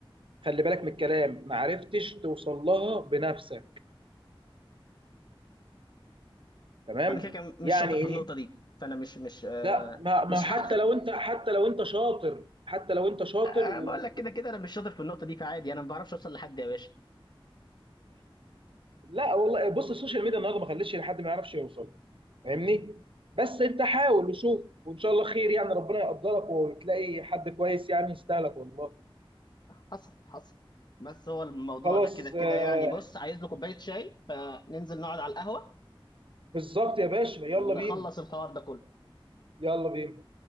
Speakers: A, on the right; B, on the left.
A: خلي بالك من الكلام معرفتش توصل لها بنفسك تمام
B: انا كده كده مش
A: يعني
B: شاطر في
A: ايه
B: النقطه دي فانا مش مش آه
A: لا ما ما
B: مش
A: حتى
B: <laughs>
A: لو انت حتى لو انت شاطر حتى لو انت شاطر
B: أنا
A: و...
B: بقول لك كده كده انا مش شاطر في النقطه دي فعادي انا ما بعرفش اوصل لحد يا باشا
A: لا والله بص السوشيال ميديا النهارده ما خلتش حد ما يعرفش يوصل فاهمني بس انت حاول وشوف وان شاء الله خير يعني ربنا يقدرك وتلاقي حد كويس يعني يستاهلك والله
B: حصل حصل بس هو الموضوع
A: خلاص
B: ده كده كده
A: آه،
B: يعني بص عايز له كوبايه شاي فننزل نقعد على القهوه
A: بالظبط يا باشا يلا
B: نخلص
A: بينا
B: الحوار ده كله
A: يلا بينا